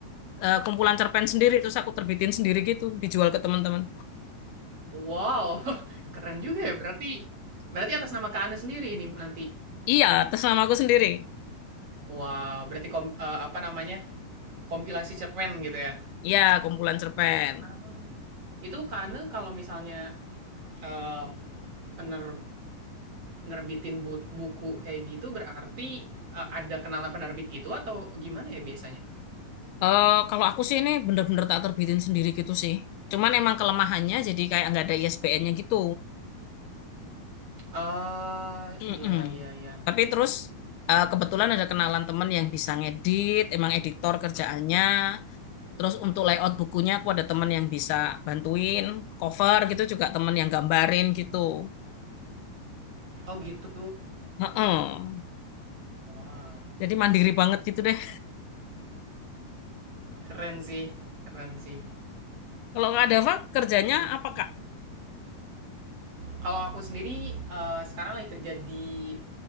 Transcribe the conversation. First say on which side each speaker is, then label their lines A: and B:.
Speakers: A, on the left; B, on the right.
A: eh, kumpulan cerpen sendiri, terus aku terbitin sendiri gitu, dijual ke teman-teman.
B: Wow, <laughs> keren juga ya. Berarti, berarti atas nama Kak Ana sendiri ini nanti
A: Iya, atas nama aku sendiri.
B: Wah, berarti kom eee, apa namanya, kompilasi cerpen gitu ya?
A: Iya, kumpulan cerpen.
B: Mmm, itu Kak kalau misalnya, eee, pener nerbitin but buku kayak gitu berarti, eee, ada kenalan penerbit gitu atau gimana ya biasanya?
A: Eh kalau aku sih ini bener-bener tak terbitin sendiri gitu sih. Cuman emang kelemahannya jadi kayak nggak ada ISBN-nya gitu.
B: ah
A: Mm-mm.
B: iya iya iya.
A: Tapi terus eh, kebetulan ada kenalan temen yang bisa ngedit, emang editor kerjaannya. Terus untuk layout bukunya aku ada temen yang bisa bantuin, cover gitu juga temen yang gambarin gitu.
B: Oh gitu.
A: Heeh.
B: Wah,
A: Jadi mandiri banget gitu deh.
B: keren sih keren sih.
A: Kalau nggak ada apa, kerjanya
B: Iya.
A: apa Kak?
B: Kalau aku sendiri, eee, sekarang lagi kerja di